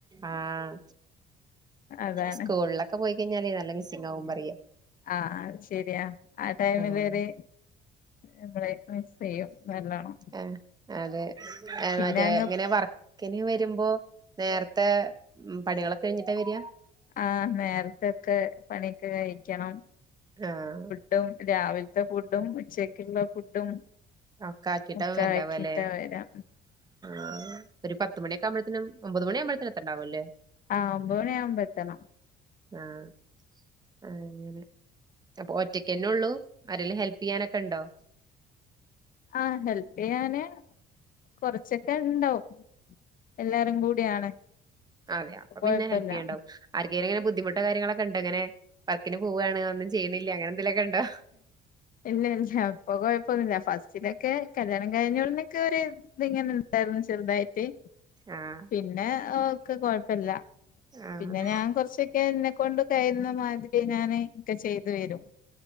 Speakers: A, on the right (about 25°); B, on the left (about 55°).
A: ആഹ്
B: അതാണ്
A: സ്കൂളിലൊക്കെ പോയിക്കഴിഞ്ഞാല് നല്ല മിസ്സിംഗാകും പറയാ
B: ആഹ് ആഹ് ശെരിയാ ആ ടൈമില്
A: ആഹ്
B: ഒര് നമ്മളെ മിസ് ചെയ്യും നല്ലോണം
A: ആഹ് അതെ
B: പിന്നെ
A: മറ്റേ
B: അങ്ങ്
A: ഇങ്ങനെ വർ- ക്കിന് വരുമ്പോ നേരത്തെ ഉം പണികളൊക്കെ കഴിഞ്ഞിട്ടാ വര്യാ
B: ആഹ് നേരത്തെയൊക്കെ പണിയൊക്കെ കഴിക്കണം
A: ആഹ്
B: ഡും രാവിലത്തെ ഫുഡും ഉച്ചക്കുള്ള ഫുഡും
A: ഒക്കെ ആക്കിട്ടാ
B: ഒക്കെ
A: വരണ്ടാവല്ലേ
B: ആക്കിയിട്ടാ വരാ
A: ആഹ് ഒരു പത്ത് മണിയൊക്കെയാകുമ്പഴത്തേനും ഒമ്പത് മണിയാവുമ്പഴത്തേനും എത്തണ്ടാവുല്ലേ
B: ആഹ് ഒമ്പത് മണിയാവുമ്പോ എത്തണം
A: ആഹ് അത് ശരി അപ്പൊ ഒറ്റക്കന്നെ ഉള്ളൂ ആരേലും ഹെല്പ് ചെയ്യാനൊക്കെ ഉണ്ടോ
B: ആഹ് ഹെല്പ് ചെയ്യാന് കൊറച്ചൊക്കെ ഉണ്ടാവും എല്ലാരും കൂടിയാണ്
A: അതെയോ അപ്പ
B: അപ്പൊ കൊഴപ്പല്ല
A: പിന്നെ ഹെൽപ് ചെയ്യണ്ടാവും ആർക്കെലും ഇങ്ങനെ ബുദ്ധിമുട്ട ട്ട് കാര്യങ്ങളൊക്കെ ഉണ്ടോ ങ്ങനെ വർക്കിന് പോവാണ് ഒന്നും ചെയ്യണില്ല അങ്ങനെ എന്തെലൊക്കെ ഉണ്ടോ
B: ഇല്ല ഇല്ല ഇപ്പൊ കൊഴപ്പൊന്നുമില്ല ഫസ്റ്റിലെ ക്കെ കല്യാണം കഴിഞ്ഞോടനൊക്കെ ഒരു ഇത്ങ്ങനെണ്ടായിരുന്നു ചെറുതായിട്ട് പിന്
A: ആഹ്
B: പിന്നെ ഓക്കെ കൊഴപ്പല്ല
A: ആഹ്
B: പിന്നെ ഞാൻ കുറച്ചൊക്കെ എന്നെക്കൊണ്ട് കഴിയുന്ന മാതിരി ഞാന് ഒക്കെ ചെയ്തു വരും